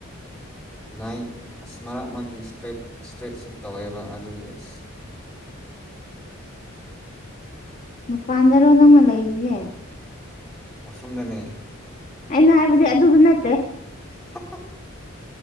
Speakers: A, in the centre; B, on the left.
A: ꯅꯥꯏ ꯑꯁ ꯃꯔꯛ ꯃꯔꯛꯇꯤ ꯏꯁꯇꯦꯠ ꯏꯁꯇ꯭ꯔꯦꯠ ꯁꯤꯞ ꯇꯧꯋꯦꯕ ꯑꯗꯨꯒꯤ ꯑꯁ
B: ꯄꯥꯗꯔ ꯋꯥ ꯅꯃ ꯂꯩꯔꯤꯁꯦ
A: ꯋꯥꯁꯨꯝꯗꯅꯦ
B: ꯑꯩꯅ ꯍꯥꯏꯕꯗꯤ ꯑꯗꯨꯗ ꯅꯠꯇꯦ
A: <unintelligible>